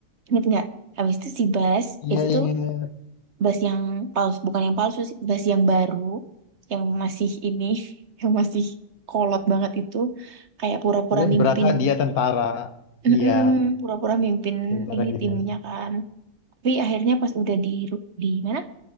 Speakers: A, on the right; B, on the left.
A: inget nggak habis itu si Bas
B: iya
A: itu tuh
B: ingat.
A: Bas yang palsu bukan yang palsu sih Bas yang baru yang masih ini <laughs> yang masih kolot banget itu kayak pura-pura
B: Iya
A: mimpin
B: berasa dia tentara.
A: Mm-mm,
B: Iya,
A: pura-pura mimpin
B: tentara
A: ini
B: gitu.
A: timnya kan. Tapi akhirnya pas udah di ru- di mana?